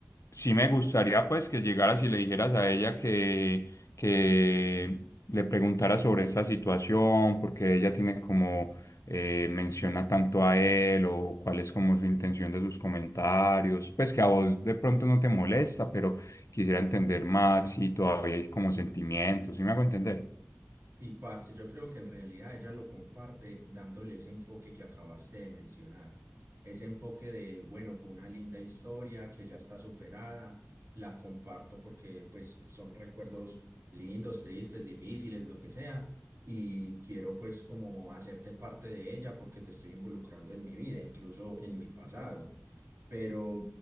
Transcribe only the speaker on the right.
Y parce, yo creo que en realidad ella lo comparte dándole ese enfoque que acabaste de mencionar, ese enfoque de, bueno, fue una linda historia que ya está superada, la comparto porque pues son recuerdos lindos, tristes, difíciles, lo que sea, y quiero pues como hacerte parte de ella porque te estoy involucrando en mi vida, incluso en mi pasado pero